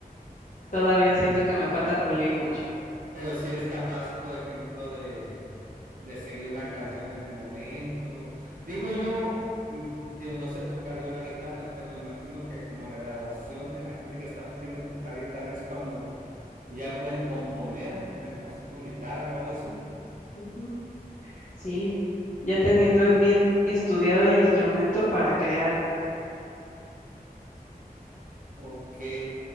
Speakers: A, on the left (about 50°); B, on the right (about 60°).
A: todavía siento que me falta pulir mucho.
B: Pero si eres capaz, por ejemplo, de, de seguir una canción en el momento. Digo yo, mm, digo, no sé tocar yo la guitarra, pero me imagino que como la graduación de la gente que está aprendiendo a tocar guitarra es cuando ya pueden componer una canción con guitarra o algo así.
A: Ujú. Sí, ya teniendo bien estudiado el instrumento para crear.
B: Ok.